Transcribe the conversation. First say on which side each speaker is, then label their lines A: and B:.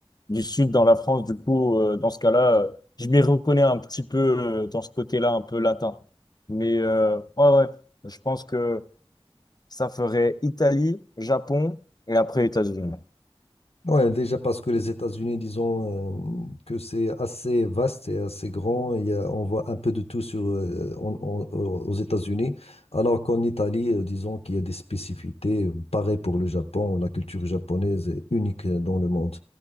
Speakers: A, on the left; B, on the left.
A: du sud dans la France, du coup, euh, dans ce cas-là, euh, je m'y reconnais un petit peu, euh, dans ce côté-là, un peu latin. Mais, euh, ouais, ouais, je pense que ça ferait Italie, Japon et après États-Unis.
B: Ouais, déjà parce que les États-Unis, disons euh, que c'est assez vaste et assez grand, il y a- on voit un peu de tout sur, euh, en- en- euh, aux États-Unis, alors qu'en Italie, euh, disons qu'il y a des spécificités, euh, pareil pour le Japon, la culture japonaise est unique euh, dans le monde.